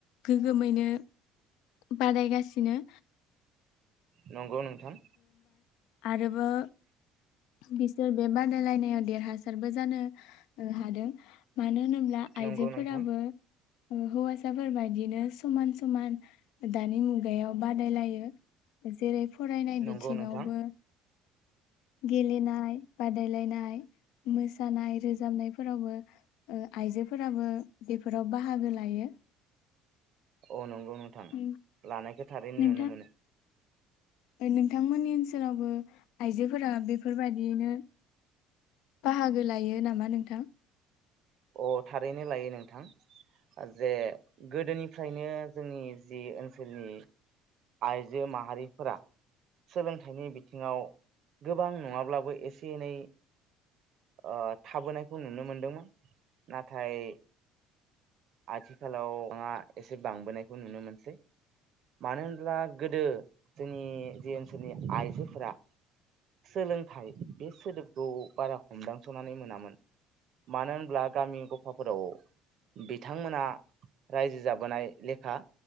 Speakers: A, on the left (about 65°); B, on the right (about 50°).
A: गोग्गोमैनो बारायगासिनो।
B: नंगौ नोंथां।
A: आरो बो। बिसोर बे बादायलायनायाव देरहासारबो जानो ओ हादों माने। मानो होनोब्ला आइजोफोराबो।
B: नंगौ नोंथां
A: ओ हौवासाफोरबायदिनो समान समान दानि मुगायाव बादायलायो जेरै फुं। फरायनाय बिथिङावबो।
B: नंगौ नोंथां
A: गेलेनाय बादायलायनाय मोसानाय रोजाबनायफोरावबो ओ आइजोफोराबो बेफोराव बाहागो लायो।
B: अ नं। औ नोंथां
A: उम,
B: लानाय थारैनो
A: नोंथां
B: नुनो मोनो।
A: नोंथांमोननि ओनसोलावबो आइजोफोरा बेफोरबायदियैनो बाहागो लायो नामा नोंथां?
B: अ थारैनो लायो नोंथां जे गोदोनिफ्रायनो जोंनि जि ओनसोलनि आइजो माहारिफोरा सोलोंथाइनि बिथिङाव गोबां नङाब्लाबो एसे एनै ओ थाबोनायखौ नुनो मोनदोंमोन। नाथाय। आथिखालाव एसे बांबोनायखौ नुनो मोनसै मानो होनब्ला गोदो जोंनि जि ओनसोलनि आइजोफोरा सोलोंथाइ बे सोदोबखौ बारा हमदांस'नानै मोनामोन मानो होनब्ला गामि गफाफोराव बिथांमोना रायजो जाबोनाय लेखा